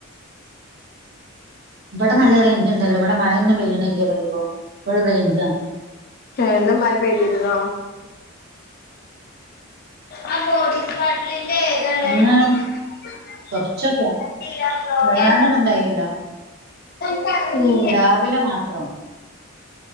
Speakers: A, on the right (about 50°); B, on the left (about 45°).
A: ഇവിടെ നല്ല റേഞ്ച് ണ്ടല്ലോ ഇവിടെ മഴയൊന്നും പെയ്യണ്ല്ല്യ പറയ്മ്പോ ഫുൾ റേഞ്ച.
B: ഏ ന്ന് മഴ പെയ്തിരുന്നോ.? ആ <unintelligible> പാട്ടിന്റെ എയ്താണ്ട്.?
A: ഇന്ന്
B: <unintelligible>
A: കൊറച്ചൊക്കെ വല്ലാണ്ടൊന്നും
B: ഏ.
A: ഉണ്ടായില്ല
B: മ്
A: രാവിലെ മാത്രം